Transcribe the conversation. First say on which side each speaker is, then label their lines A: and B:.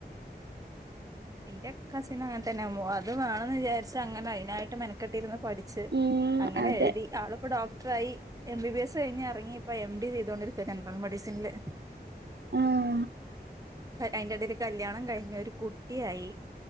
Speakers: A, on the right; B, on the right.
A: ഇന്റെ കസിൻ അങ്ങനെ തന്നെുമോ അത് വേണന്ന് വിചാരിച്ച അങ്ങനെ അതിനായിട്ട് മെനക്കെട്ടിര്ന്ന് പഠിച്ച്
B: ഉം
A: അങ്ങനെ
B: അതെ
A: എഴുതി ആളിപ്പോ ഡോക്ടറായി എം ബി ബി എസ് കഴിഞ്ഞ് ഇറങ്ങി ഇപ്പ എം ഡി ചെയ്തോണ്ടിരിക്ക ജനറൽ മെഡിസിനില്
B: ആഹ്
A: അയിന്റെ ഇടൽ കല്യാണം കഴിഞ്ഞു ഒരു കുട്ടിയായി